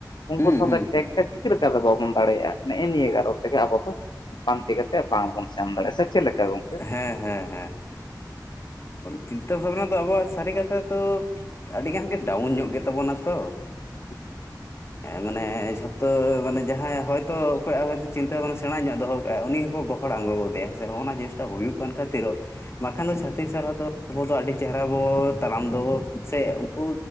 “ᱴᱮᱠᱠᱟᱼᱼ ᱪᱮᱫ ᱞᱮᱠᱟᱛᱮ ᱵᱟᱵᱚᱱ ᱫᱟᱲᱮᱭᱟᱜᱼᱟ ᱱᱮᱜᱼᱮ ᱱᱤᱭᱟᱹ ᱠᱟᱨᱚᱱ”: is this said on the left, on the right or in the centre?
Left